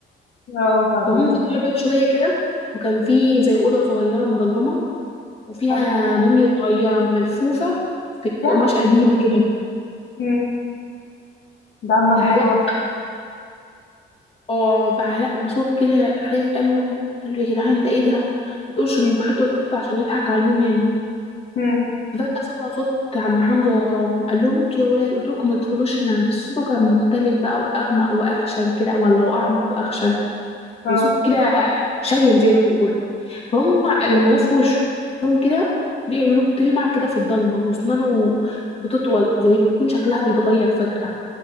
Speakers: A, on the left; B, on the left.
A: آه وبعدين؟
B: فهم فتحوا الباب شويه كده وكان في زي اوضه صغيره مظلمه وفيها
A: حلو،
B: موميا صغيره ملفوفه في, في
A: يا عم
B: قماش قديمه كده
A: إمم، ده عم محمود
B: فعلاء
A: دوّة،
B: اه فعلاء بصوت كده خايف قال لهم قال له يا جدعان ده ايه ده ما تقولش ان
A: إمم،
B: بيحطوا القطط عشان يضحك على الموميا دي
A: إمم،
B: ففجأة سمعوا صوت عم حمزة وراهم قال لهم انتوا يا ولاد قلت لكم ما تدخلوش هنا بس صوته كان مختلف بقى واغمق واخشن كده ولا واعمق واخشن
A: آه.
B: يعني صوت كده شجن زي ما بيقولوا فهم لما لفوا وشهم كده لقوا عيونه بتلمع كده في الضلمة واسنانه بتطول زي ما تكون شكلها بيتغير فجأة